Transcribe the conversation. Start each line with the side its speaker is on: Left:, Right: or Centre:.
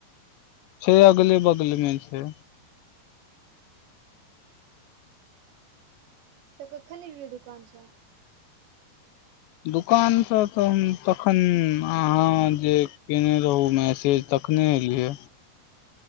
Left: छै अगले बगले मे छै
Right: तऽ कखन एलिए दुकानसँ
Left: दुकान से तऽ हम तखन अहाँ जे केने रहौ मैसेज तखने एलियै